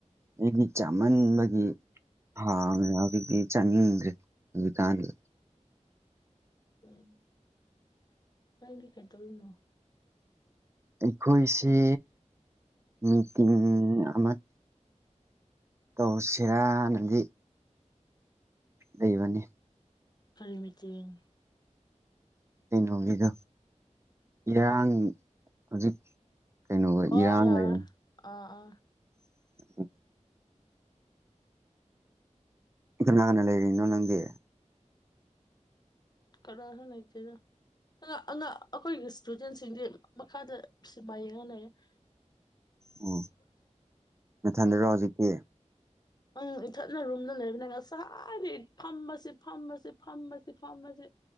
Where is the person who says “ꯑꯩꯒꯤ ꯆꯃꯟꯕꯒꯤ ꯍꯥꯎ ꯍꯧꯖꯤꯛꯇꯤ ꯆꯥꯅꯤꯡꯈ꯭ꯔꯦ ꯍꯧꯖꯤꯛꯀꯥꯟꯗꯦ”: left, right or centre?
Right